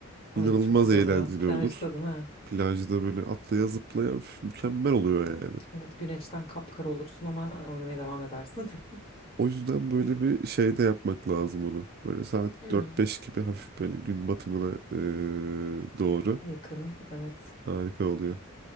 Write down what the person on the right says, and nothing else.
inanılmaz
eğlenceli
olur.
Plajda böyle atlaya zıplaya üf, mükemmel oluyor yani.
O yüzden böyle bir şeyde yapmak lazım onu. Böyle saat
dört beş gibi hafif böyle gün batımına e, doğru
harika oluyor.